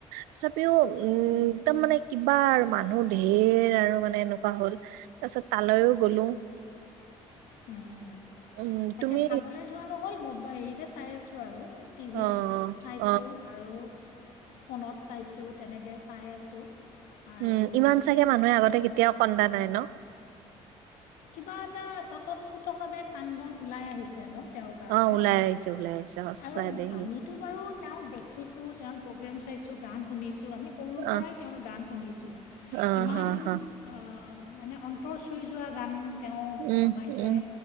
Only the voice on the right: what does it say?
তথাপিও উম, একদম মানে কিবা আৰু মানুহ ঢেৰ আৰু মানে এনেক হ'ল, তাৰপাছত তালৈও গ'লো।
উম
তুমি
অ
অ
উম, ইমান চাগে মানুহে আগতে কেতিয়াও কন্দা নাই ন'।
অ ওলাই আহিছে ওলাই আহিছে সঁচা
দেই
অ
অ
হ হ
উম,
উম,